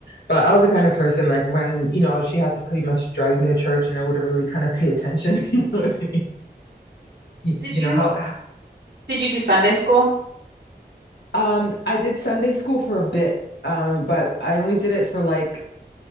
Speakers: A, on the left (about 85°); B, on the right (about 85°).
A: but I was the kind of person like when, you know, she had to pretty much drag me to church and I wouldn't really kind of pay attention, <laughs> you know
B: Mhm.
A: what I mean? you,
B: Did
A: you
B: you
A: know how
B: did you do Sunday school?
A: um I did Sunday school for a bit, um, but I only did it for like